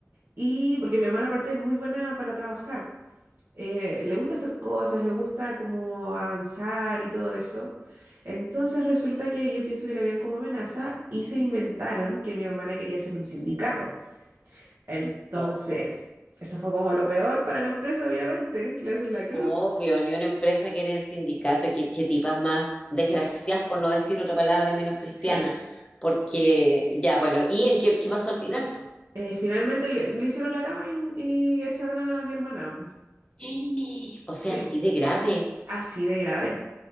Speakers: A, on the right (about 75°); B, on the left (about 20°).
A: y porque mi hermana aparte es muy buena para trabajar, eh, le gusta hacer cosas, le gusta como avanzar y todo eso. Entonces resulta que yo pienso que la vieron como amenaza y se inventaron que mi hermana quería hacer un sindicato. Entonces,
B: Ujú.
A: eso fue como lo peor para la empresa, obviamente, le hacen la cruz.
B: Obvio, ni una empresa quiere el sindicato, que, que tipas más
A: Sí,
B: desgraciadas, por no decir otra palabra menos cristiana,
A: sí.
B: porque ya, bueno, ¿y en qué, qué pasó al final? pues?
A: Eh, finalmente le, le hicieron la cama y, y echaron a mi hermana.
B: N. O
A: Sí,
B: sea, así de grave.
A: así de grave.